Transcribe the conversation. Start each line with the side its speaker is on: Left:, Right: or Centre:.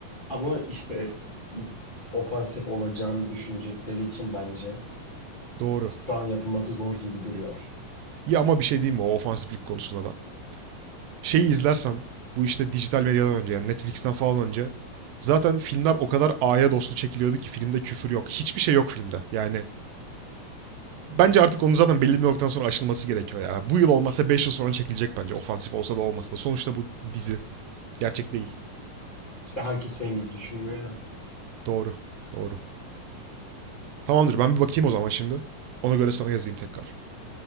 Left: Ama işte ofansif olacağını düşünecekleri için bence
Right: Doğru.
Left: şu an yapılması zor gibi duruyor.
Right: İyi ama bir şey diyeyim mi o ofansiflik konusunda da. Şeyi izlersen bu işte dijital medyadan önce yani Netflix'ten falan önce zaten filmler o kadar aya dostu çekiliyordu ki filmde küfür yok. Hiçbir şey yok filmde. Yani Bence artık onun zaten belli bir noktadan sonra aşılması gerekiyor ya. Bu yıl olmasa 5 yıl sonra çekilecek bence. Ofansif olsa da olmasa da. Sonuçta bu dizi. Gerçek değil.
Left: İşte herkes senin gibi düşünmüyor ya.
Right: Doğru. Doğru. Tamamdır ben bir bakayım o zaman şimdi. Ona göre sana yazayım tekrar.